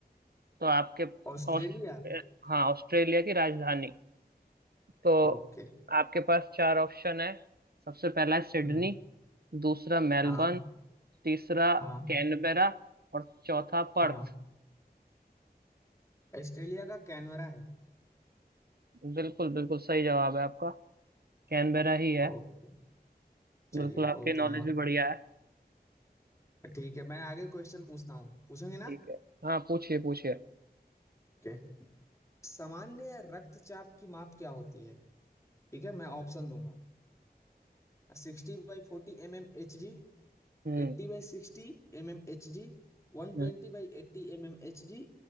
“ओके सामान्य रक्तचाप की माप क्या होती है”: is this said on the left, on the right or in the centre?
Left